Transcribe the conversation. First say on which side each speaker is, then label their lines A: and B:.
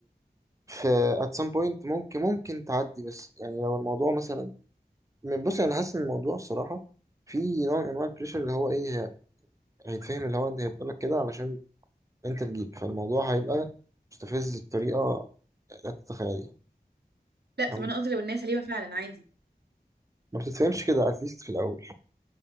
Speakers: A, on the right; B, on the right.
A: في at some point ممكن ممكن تعدي بس يعني لو الموضوع مثلا من- بص أنا حاسس إن الموضوع الصراحة في نوع من أنواع البريشر اللي هو إيه هي- هيتفهم اللي هو أنت هيبقى لك كده علشان أنت تجيب فالموضوع هيبقى مستفز بطريقة لا تتخيليها
B: لا
A: فاهم؟
B: طب انا قصدي لو الناس سليمه فعلا عادي
A: ما بتتفهمش كده at least في الأول